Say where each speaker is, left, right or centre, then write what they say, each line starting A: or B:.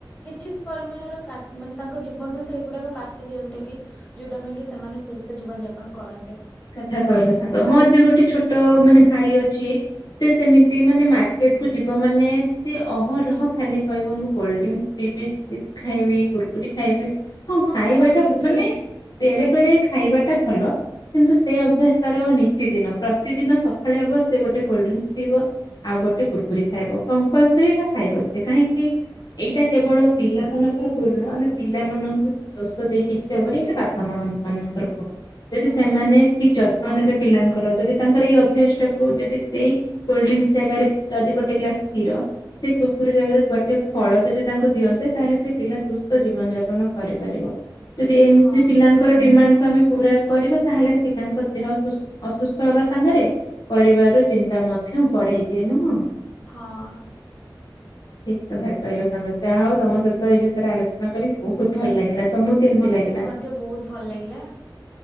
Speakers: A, on the left; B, on the left.
A: କିଛି ପରିମାଣର ମାନେ ତାଙ୍କ ଜୀବନରୁ ସେଗୁଡାକ କାଟି ଦିଅନ୍ତେ କି ଯୋଉଟା ପାଇଁ କି ସେମାନେ ସୁସ୍ଥ ଜୀବନ ଯାପନ କରନ୍ତେ।
B: ଥା କହିଲ ସାଙ୍ଗ ମୋର ବି ଗୋଟେ ଛୋଟ ମାନେ ଭାଇ ଅଛି ସେ ସେମିତି ମାନେ ମାର୍କେଟ କୁ ଯିବ ମାନେ ସିଏ ଅହରହ ଖାଲି କହିବ ମୁଁ କୋଲଡ ଡ୍ରିଙ୍କସ ପିଇବି ଚିପ୍ସ ଖାଇବି କୁୁରକୁରି ଖାଇବି। ହଁ ଖାଇବାଟା
A: ମୋର ବି ଅଛି
B: ମାନେ ବେଳେ ବେଳେ ଖାଇବାଟା ଭଲ। କିନ୍ତୁ ସେଇ ଅଭ୍ୟାସ ତାର ନିତି ଦିନ ପ୍ରତିଦିନ ସକାଳେ ହବ ସେ ଗୋଟେ କୋଲ୍ଡ ଡ୍ରିଙ୍କସ ଥିବ ଆଉ ଗୋଟେ କୁୁରକୁରି ଖାଇବ କମ୍ପଲସରି ଏଇଟା ଖାଇବ ସି କାହିଁକି ଏଇଟା କେବଳ ପିଲା ମାନଙ୍କର ଭୁଲ ନୁହଁ ଆମେ ପିଲାମାନଙ୍କୁ ଦୋଷ ଦେଇ କିଛି ହବନି ଏଇଟା ବାପା ମା ମାନଙ୍କର। ଯଦି।
A: ହଁ।
B: ସେମାନେ ଠିକ ଯ। <unintelligible> ପିଲାଙ୍କର ଯଦି ତାଙ୍କର ଏଇ ଅଭ୍ୟାସ ଟାକୁ ଯଦି ସେଇ କୋଲଡ ଡ୍ରିଙ୍କ ଜାଗାରେ ଯଦି ଗୋଟେ ଗ୍ଲାସ କ୍ଷୀର ସେ କୁକୁର ଜାଗାରେ ଗୋଟେ ଫଳ ଯଦି ତାଙ୍କୁ ଦିଅନ୍ତେ ତାହେଲେ ସେ ପିଲା ସୁସ୍ଥ ଜୀବନ ଯାପନ କରିପାରିବ। ଯଦି ଏମତି
A: ହଁ
B: ପିଲାଙ୍କର ଡିମାଣ୍ଡ। ଆମେ ପୁରା କରିବା। ତାହେଲେ ପିଲାଙ୍କ ଦେହ ସୁ ଅସୁସ୍ଥ ହବା ସାଙ୍ଗରେ ପରିବାର ର ଚିନ୍ତା ମଧ୍ୟ ବଢେଇ ଦିଏ ନୁହଁ।
A: ହଁ।
B: ଠିକ କଥା କହିଲ ସାଙ୍ଗ ଯାହା ହଉ ତମ ସହିତ ଏ ବିଷୟରେ ଆଲୋଚନା କରିି ବହୁତ ଭଲ ଲାଗିଲା। ତମକୁ କେମିତି
A: ମତେ
B: ଲାଗିଲା?
A: ବି ମଧ୍ୟ ବହୁତ ଭଲ ଲାଗିଲା।